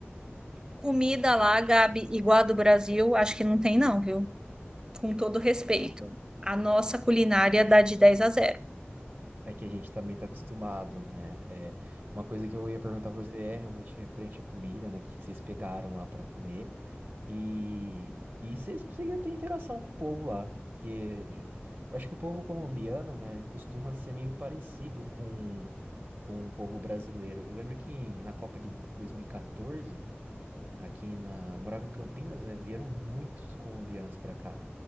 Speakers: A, on the right (about 15°); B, on the right (about 50°).
A: Comida lá, Gabi, igual a do Brasil, acho que não tem não, viu? Com todo respeito. A nossa culinária dá de dez a zero.
B: É que a gente também tá acostumado, né? É, uma coisa que eu ia perguntar pra você é realmente referente à comida, né? O que que vocês pegaram lá pra comer? E, e vocês conseguiam ter interação com o povo lá. Que ge- eu acho que o povo colombiano, né, ele costuma ser meio parecido com, com o povo brasileiro. Eu lembro que na Copa de 2014 aqui na. eu Morava em Campinas, né? Vieram muitos colombianos pra cá.